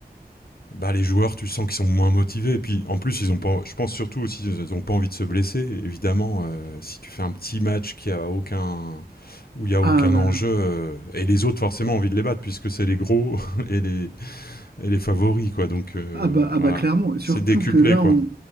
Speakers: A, on the left; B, on the right.
A: bah, les joueurs, tu sens qu'ils sont moins motivés. Et puis, en plus, ils ont pas, je pense surtout aussi, ils n'ont pas envie de se blesser. Évidemment, euh, si tu fais un petit match qui a aucun, où il n'y a aucun
B: ah bah
A: enjeu, euh, et les autres, forcément, ont envie de les battre, puisque c'est les gros <laughs> et les, et les favoris, quoi. Donc, euh,
B: Ah bah, ah
A: voilà.
B: bah clairement, surtout
A: C'est décuplé,
B: que là,
A: quoi.
B: on...